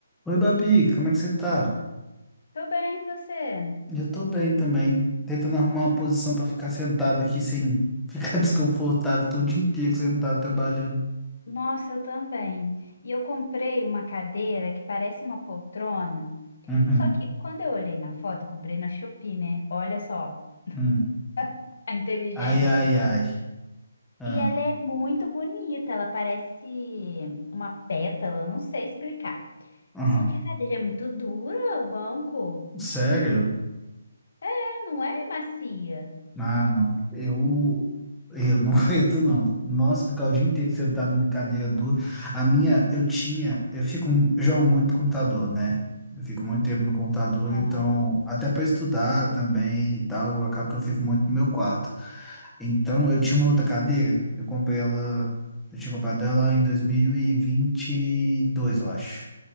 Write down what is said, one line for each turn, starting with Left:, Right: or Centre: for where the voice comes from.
Centre: Oi, Babi, como é que você tá?
Left: Tô bem, e você?
Centre: Eu tô bem também. Tentando arrumar uma posição pra ficar sentado aqui sem ficar <laughs> desconfortável. Tô o dia inteiro sentado trabalhando.
Left: Nossa, eu também. E eu comprei uma cadeira que parece uma poltrona.
Centre: Uhum,
Left: Só que quando eu olhei na foto, comprei na Shopee, né? Olha só <laughs>
Centre: uhum.
Left: a inteligência.
Centre: Ai, ai, ai. Ah,
Left: E ela é muito bonita, ela parece uma pétala, não sei explicar.
Centre: uhum.
Left: Só que a cadeira é muito dura, o banco.
Centre: Sério?
Left: É, não é macia.
Centre: Ah, não. Eu, eu não <laughs> aguento, não. Nossa, ficar o dia inteiro sentado em cadeira dura. A minha, eu tinha, eu fico, eu jogo muito no computador, né? Eu fico muito tempo no computador,
Left: Ah,
Centre: então, até para estudar também e tal, acaba que eu fico muito no meu quarto. Então, eu tinha uma outra cadeira, eu comprei ela, eu tinha comprado ela em dois mil e e vinte e dois eu acho.